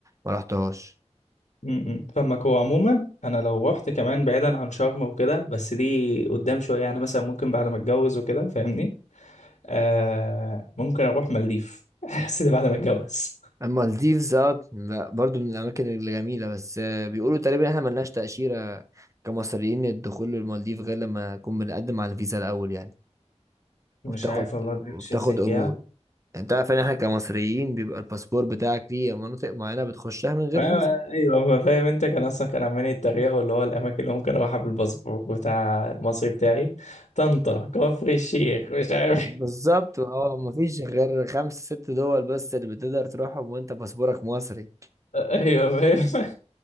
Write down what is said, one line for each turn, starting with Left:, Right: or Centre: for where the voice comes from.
Right: ما رحتهاش
Left: م- م. فاهمك هو عموما انا لو رحت كمان بعيدا عن شرم وكده بس دي قدام شويه يعني مثلا ممكن بعد ما اتجوز وكده فاهمني آه ممكن اروح مالديف <laughs> بس ده بعد ما اتجوز
Right: أما المالديفز آه، لا، برضو من الأماكن الجميلة بس آه، بيقولوا تقريبا إحنا ملناش تأشيرة كمصريين الدخول للمالديف غير لما نكون بنقدم على الفيزا الأول يعني
Left: مش
Right: وبتاخد
Left: عارف والله بمشي
Right: وبتاخد
Left: ازاي فيها
Right: قبول يعني أنت عارف إن إحنا كمصريين بيبقى الباسبور بتاعك ليه مناطق معينة بتخشها من غير
Left: ايوه
Right: فيزا
Left: ايوه ما فاهم انت كان اصلا كان عمال يتريقوا اللي هو الاماكن اللي ممكن اروحها بالباسبور بتاع المصري بتاعي طنطا كفر الشيخ مش عارف
Right: بالظبط اه مفيش غير خمس ست دول بس اللي بتقدر تروحهم وأنت باسبورك مصري
Left: <laughs> ايوه فاهم